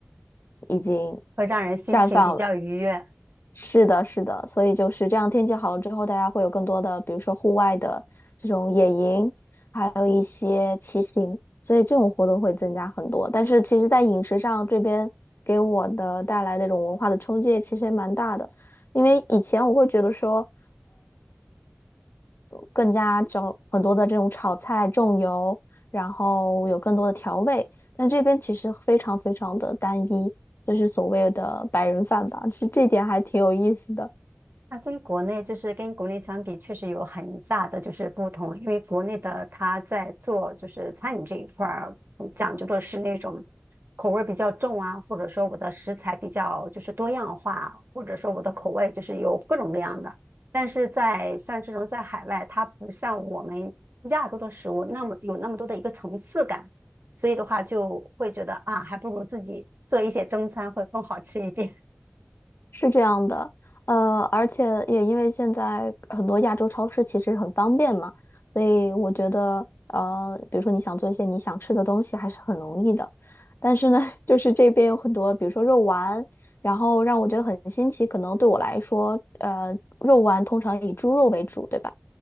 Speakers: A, on the left; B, on the right.
A: 已经
B: 会让人心情比较愉悦？
A: 绽放了。是的，是的，所以就是这样，天气好了之后，大家会有更多的，比如说户外的这种野营，还有一些骑行，所以这种活动会增加很多。但是其实，在饮食上这边给我的带来那种文化的冲击，其实也蛮大的。因为以前我会觉得说，更加找很多的这种炒菜重油，然后有更多的调味，但这边其实非常非常的单一，就是所谓的白人饭吧，其实这点还挺有意思的。
B: 那跟国内就是跟国内相比，确实有很大的就是不同。因为国内的它在做就是餐饮这一块儿，嗯讲究的是那种口味儿比较重啊，或者说我的食材比较就是多样化，或者说我的口味就是有各种各样的。但是在像这种在海外，它不像我们亚洲的食物那么有那么多的一个层次感，所以的话就会觉得啊，还不如自己做一些中餐会更好吃一点。
A: 是这样的，呃，而且也因为现在很多亚洲超市其实很方便嘛，所以我觉得，呃，比如说你想做一些你想吃的东西，还是很容易的。但是呢，<laughs> 就是这边有很多，比如说肉丸，然后让我觉得很新奇。可能对我来说，呃，肉丸通常以猪肉为主，对吧？